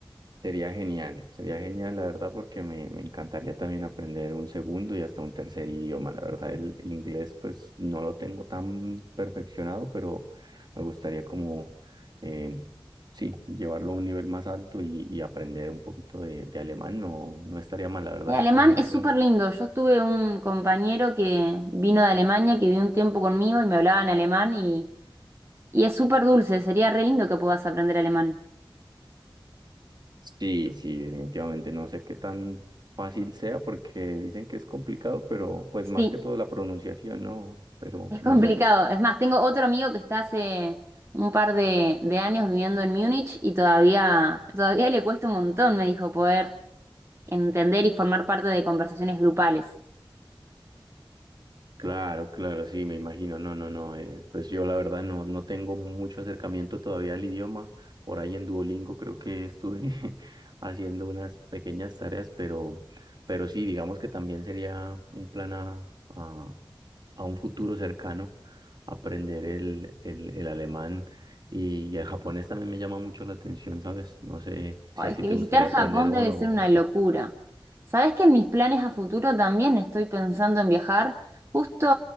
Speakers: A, on the right; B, on the right.
A: Sería genial, sería genial, la verdad, porque me, me encantaría también aprender un segundo y hasta un tercer idioma. La verdad, el inglés pues no lo tengo tan perfeccionado, pero me gustaría como, eh, sí, llevarlo a un nivel más alto y, y aprender un poquito de, de alemán. No, no estaría mal, la verdad
B: El alemán
A: es que un-
B: es
A: es
B: súper
A: un,
B: lindo. Yo tuve un compañero que vino de Alemania, que vivió un tiempo conmigo y me hablaba en alemán y, y es súper dulce. Sería re lindo que puedas aprender alemán.
A: Sí, sí, definitivamente. No sé qué tan fácil sea porque dicen que es complicado, pero pues más
B: Sí,
A: que todo la pronunciación, ¿no? Pero
B: es
A: no
B: complicado.
A: sé.
B: Es más, tengo otro amigo que está hace un par de, de años viviendo en Múnich y todavía, todavía le cuesta un montón, me dijo, poder entender y formar parte de conversaciones grupales.
A: Claro, claro, sí, me imagino. No, no, no. eh, pues yo la verdad no, no tengo mucho acercamiento todavía al idioma. Por ahí en Duolingo creo que estuve <laughs> haciendo unas pequeñas tareas, pero, pero sí, digamos que también sería un plan a, a un futuro cercano aprender el, el, el alemán y, y el japonés también me llama mucho la atención, ¿sabes? No sé
B: Oh,
A: si
B: es
A: a ti
B: que
A: te
B: visitar
A: gustaría aprender
B: Japón
A: uno.
B: debe ser una
A: o
B: locura.
A: qué.
B: ¿Sabés que en mis planes a futuro también estoy pensando en viajar? Justo